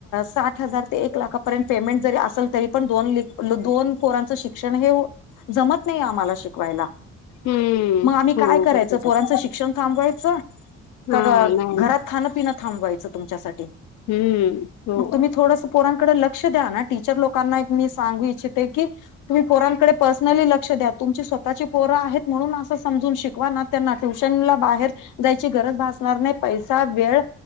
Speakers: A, on the left (about 85°); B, on the left (about 60°).
A: साठ हजार ते एक लाखापर्यंत. पेमेंट जरी असल तरी पण, दोन दोन पोरांच शिक्षण हे. जमत नाही आम्हाला शिकवायला
B: हम्म
A: मग, आम्ही
B: हो
A: काय करायच
B: बरोबरच
A: पोरांचं
B: आहे
A: शिक क्षण थांबवायचं
B: हा
A: का घरात
B: नाही ना
A: खाण पिन थांबवायचं, तुमच्यासाठी
B: हम्म हो
A: मग तुम्ही. थोडंसं पोरांकडे लक्ष द्या ना, टीचर लोकांना एक मी सांगू इच्छिते की. तुम्ही पोरांकडे पर्सनली लक्ष द्या तुमची स्व त्याची पोरं आहेत म्हणून, असं समजून शिकवाना त्यांना ट्युशनला बाहेर. द्यायची गरज भासणार नाही पैसा वेळ